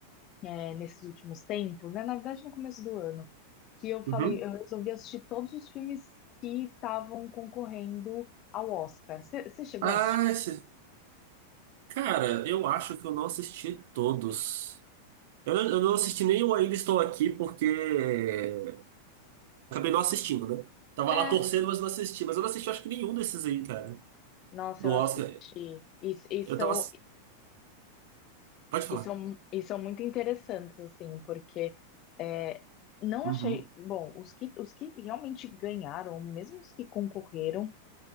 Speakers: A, on the left; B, on the right.
A: é, nesses últimos tempos, né? Na verdade, no começo do ano, que eu falei,
B: Uhum.
A: eu resolvi assistir todos os filmes que estavam concorrendo ao Oscar. Você chegou
B: Ah,
A: a assistir?
B: esse... Cara, eu acho que eu não assisti todos. Eu, eu não assisti nem o Ainda Estou Aqui porque é, acabei não assistindo, né? Tava
A: É,
B: lá torcendo, mas não assisti. Mas eu não assisti, acho que nenhum desses aí, cara.
A: nossa,
B: Do
A: eu
B: Oscar.
A: assisti. E, e, são,
B: Eu tava. ass- Pode falar.
A: e, são, e são muito interessantes, assim, porque é, não
B: Uhum.
A: achei. Bom, os que, os que realmente ganharam, mesmo os que concorreram,